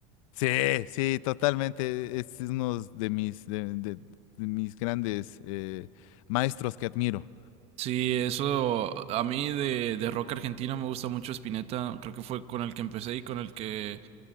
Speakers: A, on the left; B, on the right.
A: Sí, sí, totalmente. Es uno de mis, de, de- de mis grandes eh, maestros que admiro.
B: Sí, eso a mí de, de rock argentino me gusta mucho Spinetta. Creo que fue con el que empecé y con el que...